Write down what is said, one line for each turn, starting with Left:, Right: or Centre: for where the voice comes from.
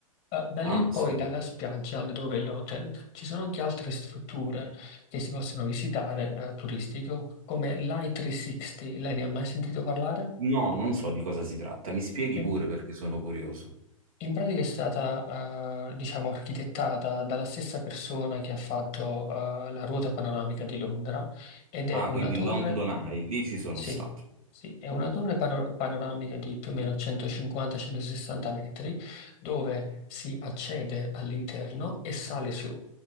Left: eh, Da
Right: Ah,
Left: lì poi
Right: sì.
Left: dalla spiaggia dove è l'hotel ci sono anche altre strutture che si possono visitare eh, turistiche come l'I360, lei ne ha mai sentito parlare?
Right: No, non so di cosa si tratta. Mi spieghi
Left: In,
Right: pure perché sono curioso.
Left: in pratica è stata eh, diciamo architettata dalla stessa persona che ha fatto eh, la ruota panoramica di Londra ed è
Right: Ah,
Left: una
Right: quindi
Left: torre,
Right: London Eye, lì ci sono
Left: sì,
Right: stato.
Left: sì, è una torre pano- panoramica di più o meno 150-160 metri dove si accede all'interno e sale su.